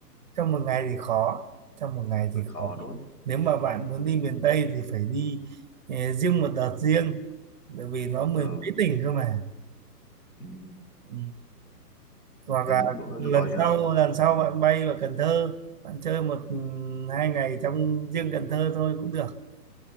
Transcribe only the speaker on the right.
trong một ngày thì khó trong một ngày thì
khó
nếu mà bạn muốn đi
miền Tây thì phải đi eh, riêng một đợt riêng bởi vì nó mười
mấy tỉnh cơ mà
ừ. hoặc
là
lần
sau lần sau
bạn bay vào Cần Thơ bạn chơi một ừ, hai ngày trong riêng Cần Thơ thôi cũng được